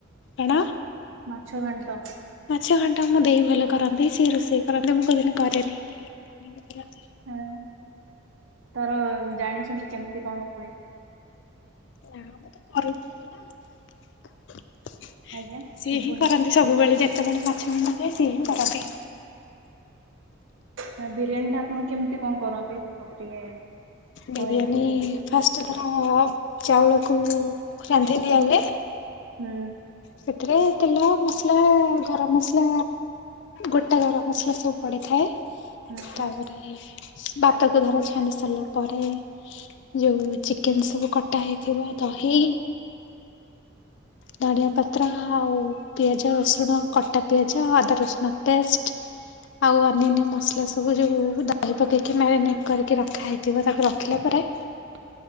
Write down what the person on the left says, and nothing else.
କଣ?
ମାଛ ଘାଣ୍ଟା ଆମ ଦେଇ ଭଲ କରନ୍ତି। ସିଏ ରୋଷେଇ କରନ୍ତି। ମୁଁ କୋଉଦିନ କରେନି <inaudible> କରନ୍ତି।
ନାଁ ମୁଁ ତ କରେନି କୋଉ ଦିନ
ସିଏ
ହିଁ କର ସେ ସବୁବେଳେ ଯେତେବେଳେ ମାଛ ଘାଣ୍ଟ ହୁଏ ସିଏ ହିଁ କରନ୍ତି।
ବିରିୟାନୀ
ଫାଷ୍ଟ ଧର ଚାଉଳକୁ ରାନ୍ଧି ଦିଆହୁଏ।
ସେଥିରେ ତେଲ, ମସଲା, ଗରମ ମସଲା, ଗୋଟା ଗରମ ମସଲା ସବୁ ପଡ଼ିଥାଏ।
ତାପରେ ବାତକୁ ଧର ଛାଣି ସାରିଲା ପରେ ଯୋଉ ଚିକେନ ସବୁ କଟା ହେଇଥିବ ଦହି ଧଣିଆ ପତ୍ର, ଆଉ ପିଆଜ, ରସୁଣ କଟା ପିଆଜ ଅଦା ରସୁଣ ପେଷ୍ଟ ଆଉ ଅ ଅନ୍ୟାନ୍ୟ ମସଲା ସବୁ ଯେଉଁ ଦହି ପକେଇକି ମ୍ୟାରିନେଟ୍ କରିକି ରଖା ହୋଇଥିବ ତାକୁ ରଖିଲା ପରେ